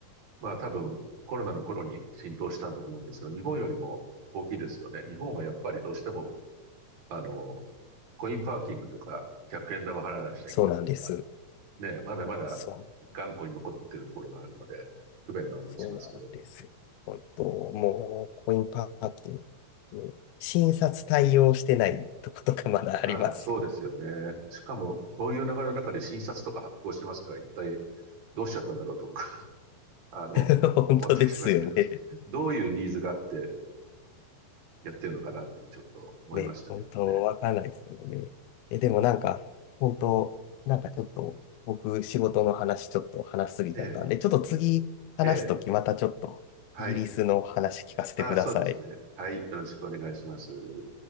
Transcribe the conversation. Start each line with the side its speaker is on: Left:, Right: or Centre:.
Right: まあ多分コロナの頃に浸透したと思うんですが、日本よりも大きいですよね。日本はやっぱりどうしても、あの、コインパーキングとか、100円玉払わなくちゃいけないとか、
Left: そうなんです。
Right: ね、まだまだ
Left: そう。
Right: 頑固に残ってるところがあるので、不便な思いしますけど。
Left: そうなんです。本当、もうコインパーキング、診察対応してないとことかまだありますよ。
Right: ああ、そうですよね。しかも、こういう流れの中で新札とか発行してますから、一体どうしちゃったんだろうと僕、あの、
Left: <laughs> 本当ですよね。
Right: 思ったりしますけど、どういうニーズがあって、やってるのかなっていうのはちょっと思いましたけどもね。
Left: ね、本当わかんないですよね。え、でもなんか、本当なんかちょっと、僕、仕事の話ちょっと話しすぎちゃったんで、
Right: ええ、
Left: ちょっと次話すときまたちょっと、
Right: ええ、はい。
Left: イギリスの話聞かせてください。
Right: ああ、そうですね。はい。よろしくお願いします。